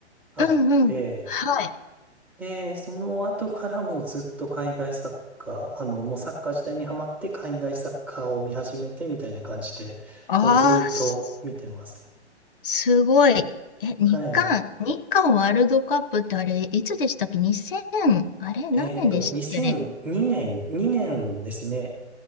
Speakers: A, in the centre; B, on the left.
A: あって、
B: うんうん。はい。
A: で、その後からもうずっと海外サッカー、あの、もうサッカー自体にハマって海外サッカーを見始めてみたいな感じで、
B: ああ、
A: もうずっと見てますね。
B: す、すごい。え、日韓、
A: はい。
B: 日韓ワールドカップってあれ、いつでしたっけ ?2000、あれ何年でしたっけあれ
A: えっと、2002年、2年ですね。